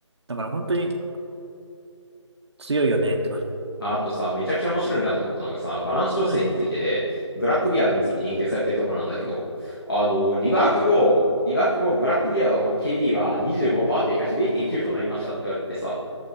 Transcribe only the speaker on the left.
ああとさ、めちゃくちゃ面白いなと思ったのがさ、バランス調整についてで、
ブラックビアードについて研究されてるところなんだけど、あの、リワーク後、リワーク後、ブラックビアードの KD は25%低下し0.9となりましたって言われてさ、